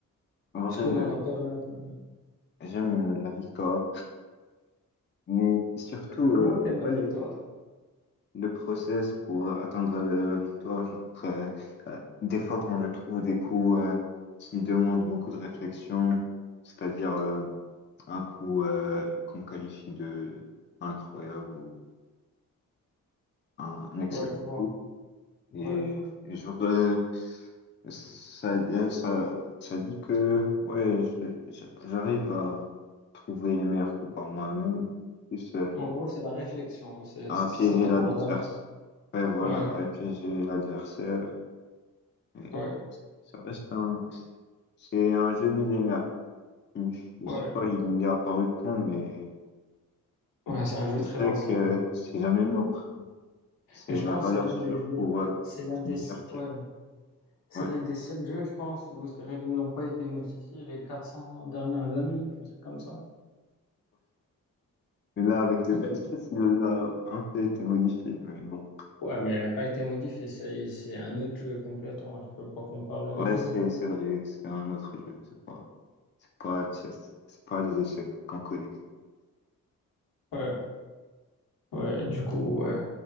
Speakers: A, on the left; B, on the left.
A: En
B: Parce
A: vrai,
B: que là,
A: euh,
B: on a parlé un peu.
A: j'aime la victoire, mais surtout,
B: Comment
A: euh,
B: t'aimes
A: ouais,
B: la victoire?
A: le process pour atteindre le- la victoire. Genre, euh, euh, des fois, quand je trouve des coups euh, qui demandent beaucoup de réflexion, c'est-à-dire euh, un coup euh, qu'on qualifie de incroyable ou un excellent
B: Ouais, tu vois.
A: coup. Et,
B: Ouais.
A: et genre, euh, ça, euh, ça, ça dit que ouais, je- je- j'arrive à trouver les meilleurs coups par moi-même, plus euh,
B: En gros, c'est la réflexion. C'est,
A: à
B: ça
A: piéger
B: t'apporte
A: l'adversaire.
B: de la.
A: Ouais, voilà,
B: Ouais,
A: à piéger l'adversaire. Et
B: ouais.
A: Ça reste un, c'est un jeu millénaire. Je
B: Ouais,
A: sais pas, il est apparu quand, mais
B: ouais, c'est un jeu
A: je
B: très
A: sais
B: ancien.
A: que c'est jamais mort. C'est
B: Mais je
A: la
B: pense
A: valeur
B: que c'est l'un
A: sûre
B: des,
A: pour euh,
B: c'est l'un
A: se
B: des,
A: divertir.
B: ouais, C'est
A: Ouais.
B: l'un des seuls jeux, je pense, où ces règles n'ont pas été modifiées les 400 dernières années, un truc comme ça.
A: Mais là, avec le
B: Ouais,
A: free chess, il a un peu été modifié. Mais bon,
B: Ouais, mais elle n'a pas été modifiée, c'est c'est un autre jeu complètement, tu peux pas comparer les
A: ouais,
B: deux.
A: c'est c'est vrai, c'est un autre jeu. C'est pas, c'est pas chess, c'est pas les échecs qu'on connaît.
B: Ouais, ouais, du coup, ouais.